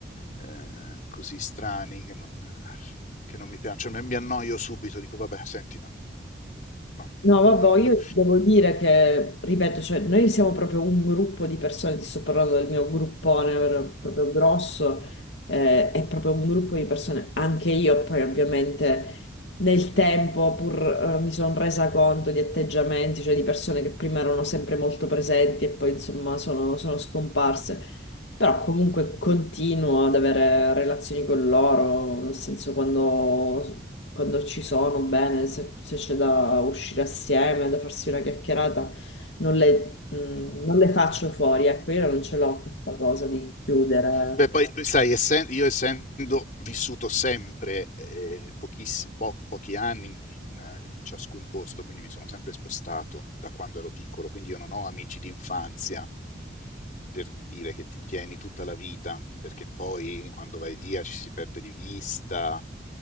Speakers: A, on the left; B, on the left.
A: eh, così strani che non, che non mi piacciono, cioè, mi, mi annoio subito, dico vabbè, senti, mm, no.
B: No, vabbè,
A: <laughs>
B: io devo dire che, ripeto, cioè, noi siamo proprio un gruppo di persone, ti sto parlando del mio gruppone ver- proprio grosso, eh, è proprio un gruppo di persone, anche io poi ovviamente nel tempo pur eh, mi sono resa conto di atteggiamenti, cioè di persone che prima erano sempre molto presenti e poi insomma sono, sono scomparse, però comunque continuo ad avere relazioni con loro, nel senso quando quando ci sono, bene, se, se c'è da uscire assieme, da farsi una chiacchierata, non le, mh, non le faccio fuori, ecco, io non ce l'ho questa cosa di chiudere.
A: Beh, poi sai, essen- io essendo vissuto sempre eh, pochiss- po- pochi anni in, in- in ciascun posto, quindi mi sono sempre spostato da quando ero piccolo, quindi io non ho amici di infanzia per dire che ti tieni tutta la vita, perché poi quando vai via ci si perde di vista,